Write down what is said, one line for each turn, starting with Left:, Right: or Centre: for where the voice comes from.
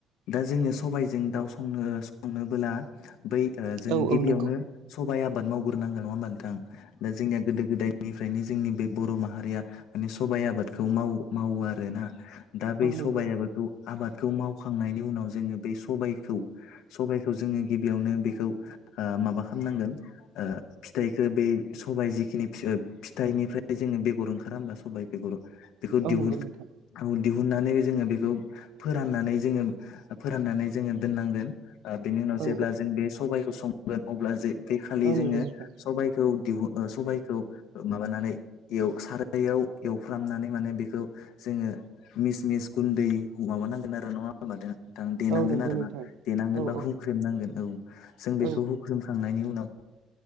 Left: दा जोङो सबायजों दाउ संनो-संनोबोला बै जोङो
Right: औ औ
Left: गिबियावनो
Right: नंगौ
Left: सबाइ आबाद मावग्रोनांगोन नङा होमबा नोंथां? दा जोंनिया गोदो गोदायनिफ्रायनो जोंनि बे बर' माहारिया माने सबाइ आबादखौ माव-मावो आरोना। दा बै
Right: औ
Left: सबाइ
Right: नंगौ
Left: आबाद आबादखौ मावखांनायनि उनाव जोङो बे सबायखौ सबायखौ जोङो गिबियावनो बेखौ माबा खालामनांगोन फिथाइखौ बे सबाइ जिखिनि फिथाइनिफ्राय फ्राय जोङो बेगर ओंखारा होमबा सबाय बेगर? बेखौ
Right: औ
Left: दिहुन
Right: नंगौ नोंथां
Left: औ दिहुननानै जोङो बेखौ फोराननानै जोङो-फोराननानै जोङो दोननांगोन। बेनि उनाव
Right: औ
Left: जेब्ला जों बे सबाइखौ संगोन अब्ला जे बे खालि
Right: औ
Left: जोङो
Right: नंगौ नोंथां
Left: सबाइखौ दिहुन सबायखौ माबानानै सारायाव एवफ्रामनानै माने बेखौ जोङो मिस मिस गुन्दै माबानांगोन आरो। नङा द नोंथां देनांगोन
Right: औ नंगौ
Left: आरो
Right: नोंथां
Left: ना देनांगोन
Right: औ
Left: बा
Right: औ
Left: हुख्रेमनांगोन औ जों बेखौ
Right: औ
Left: हुख्रोमखांनायनि उनाव